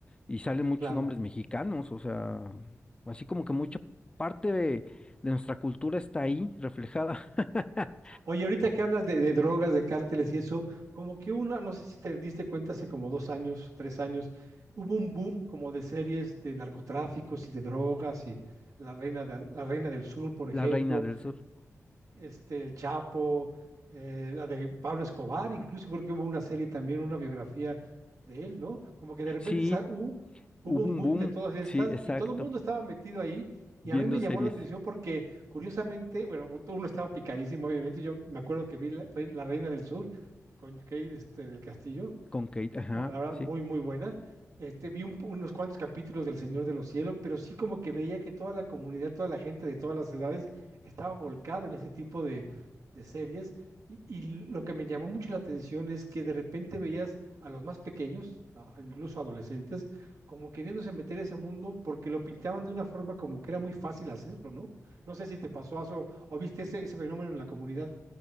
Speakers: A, on the left; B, on the right.
A: Y salen muchos
B: claro.
A: nombres mexicanos, o sea, así como que mucha parte de, de nuestra cultura está ahí reflejada. <laughs>
B: Oye, ahorita que hablas de, de drogas, de cárteles y eso, como que una, no sé si te diste cuenta hace como dos años, tres años, hubo un boom como de series de narcotráficos y de drogas y La Reina, de- La Reina del Sur, por ejemplo,
A: La Reina del Sur.
B: este, El Chapo, eh, la de Pablo Escobar, incluso creo que hubo una serie también, una biografía de él, ¿no? Como que de repente
A: Sí,
B: sa- hu-
A: hubo
B: hubo un
A: un
B: boom
A: boom.
B: de todas estas
A: Sí, exacto.
B: y todo el mundo estaba metido ahí. Y
A: Viendo
B: a mí me llamó
A: series
B: la atención porque, curiosamente, bueno, uno estaba picadísimo, obviamente. Yo me acuerdo que vi La, Re- La Reina del Sur con Kate este, del Castillo
A: con Kate, ajá,
B: bueno, la verdad,
A: sí.
B: muy, muy buena. Este, vi un- unos cuantos capítulos del Señor de los Cielos, pero sí como que veía que toda la comunidad, toda la gente de todas las edades estaba volcado en ese tipo de, de series. Y, y lo que me llamó mucho la atención es que de repente veías a los más pequeños, a- a incluso adolescentes, como queriéndose meter a ese mundo porque lo pintaban de una forma como que era muy fácil hacerlo, ¿no? No sé si te pasó eso o viste ese, ese fenómeno en la comunidad.